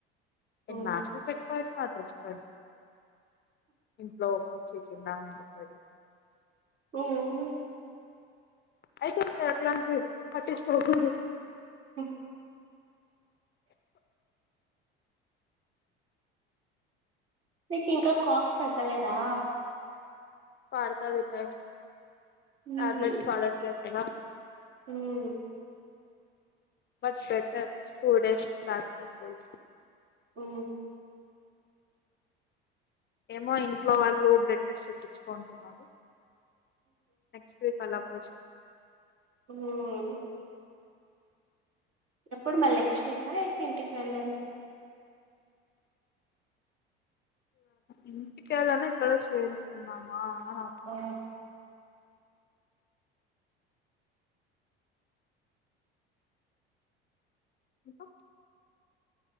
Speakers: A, on the right; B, on the left.
A: హ్మ్
B: ఎన్ని మాటలు చేపరు అడ్రెస్పోన్ ఇంట్లో ఓపించిచినం ఈసరి
A: అవ్ను
B: అయితే ఇంకా అట్లాంటివ్ అటు పోకూడదు
A: ఓ మీకు ఇంకా కాఫ్ తగ్గలేదా
B: పడతాదిపై
A: హ్మ్
B: టాబ్లేట్స్ వాడట్లే కద
A: ఉమ్
B: బట్ బెటర్ ఫూర్ డేస్ టక్ పోయి
A: ఉ
B: ఏమో ఇంట్లో వాళ్ళు బ్లడ్ టెస్ట్ తెప్పించుకుంటున్నారు నెక్స్ట్ వీక్ అలా పోచ్
A: హూ ఎప్పుడు మళ నెక్స్ట్ వీకా అయితే ఇంటికి వెళ్ళాలి
B: ఇంటింటికాలనా ఇక్కడ చేేల్కున్నామా నా
A: ఆ!
B: ఇంకా